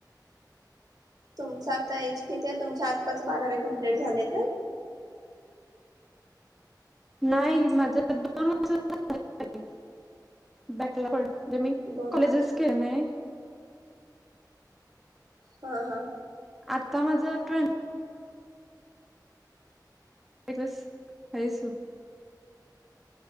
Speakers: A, on the right; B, in the centre.
A: तुमच आता एज किती आहे तुमची आत्ताच बारावी कंप्लीट झाले काय?
B: नाही माझ दोन वर्ष झाले की बॅकलॉग जे मी
A: दोन
B: कॉलेजेस
A: वर्ष
B: केेल नाही.
A: हा, हा.
B: आत्ता माझं ट्वेल्थ. एकवीस, बावीस होय.